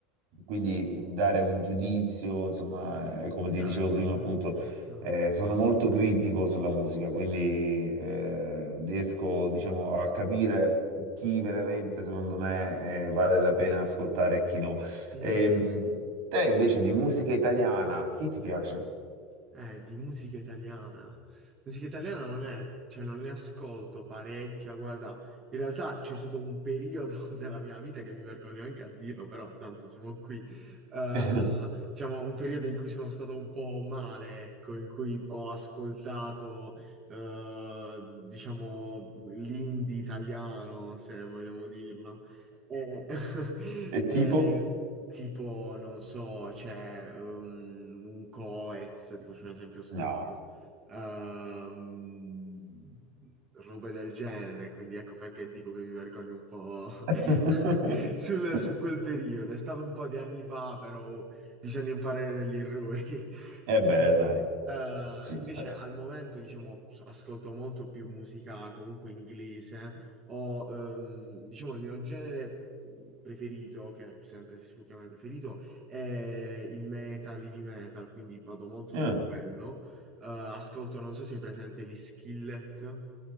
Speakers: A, on the right; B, on the right.
A: quindi dare un giudizio, insomma, eh, come
B: Certo,
A: ti dicevo prima,
B: certo,
A: appunto,
B: ci sta.
A: eh, sono molto critico sulla musica, quindi eh, riesco, diciamo, a capire chi veramente, secondo me, eh, vale la pena ascoltare e chi no.
B: Mm.
A: Ehm, te invece di musica italiana, chi ti piace?
B: Eh, di musica italiana. Musica italiana non è, cioè non ne ascolto parecchia, guarda, in realtà c'è stato un periodo <laughs> della mia vita che mi vergogno anche a dirlo, però tanto siamo qui, eh,
A: <laughs>
B: diciamo un periodo in cui sono stato un po' male, ecco, in cui ho ascoltato, eh, diciamo, l'indie italiano, se vogliamo dirlo. Eh, <laughs>
A: E
B: eh,
A: tipo?
B: Tipo, non so, c'è ehm, un Coez, ti faccio un esempio stupido,
A: No.
B: ehm, robe del genere, quindi ecco perché dico che mi vergogno un po'
A: <laughs>
B: <laughs> sul- su quel periodo. È stato un po' di anni fa, però oh, bisogna imparare dagli errori. <laughs> Quindi,
A: E beh, sai,
B: eh,
A: ci
B: invece
A: sta.
B: al momento, diciamo, ascolto molto più musica comunque inglese, o ehm, diciamo il mio genere preferito, che sempre se si può chiamare preferito, è il metal, heavy metal, quindi vado molto
A: Ah,
B: su quello. Eh, ascolto, non so se è presente gli Skillet.